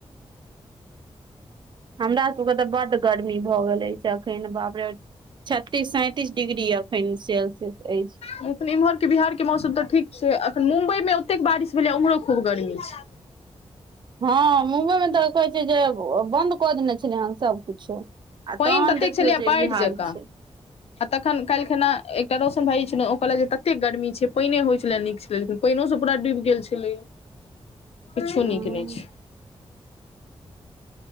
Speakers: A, on the right; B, on the left.
A: हमरा सभके तऽ बड्ड गर्मी भऽ गेल अछि एखन बापरे छत्तीस सैंतीस डिग्री अखन सेल्सियस अछि
B: लिन इम्हर के बिहार के मौसम तऽ ठीक छै अखन मुम्बई मे ओतेक बारिश भेलै उम्हरो खूब गर्मी छै
A: हँ मुम्बइमे तऽ कहै छै जे बन्द कऽ देने छलियै हेन सबकिछो आ
B: पानि
A: तहन
B: ततेक
A: देखियौ
B: छलैया
A: जे
B: बाढ़ि
A: ई हाल
B: जकाँ
A: छै
B: आ तखनाल्खना एकटा रौशन भाईी छलहु ओ कहलक जे ततेक गर्मी छै पिने होइ छलै नीक छलै लेकिन पानि से पड़ा डूबि गेल छलैा किछो
A: हँ
B: नीक नहि छै